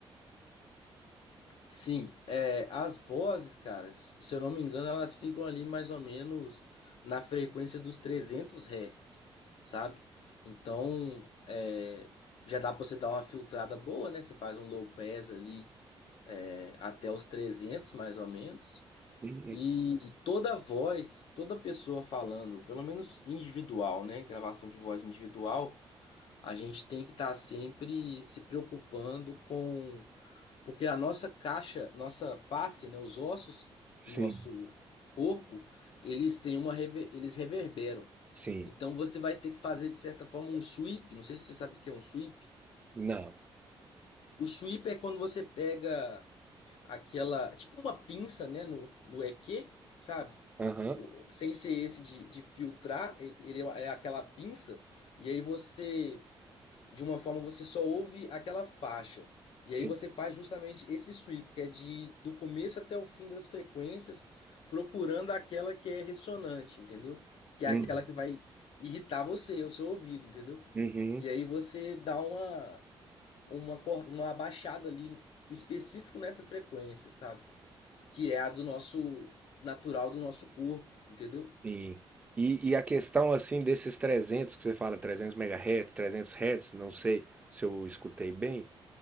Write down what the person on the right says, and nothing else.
Sim,
sim.
sim.
Não.
Aham.
Sim.
Hum.
Uhum.
Sim. E e a questão, assim, desses 300 que você fala, 300 megahertz, 300 hertz, não sei se eu escutei bem,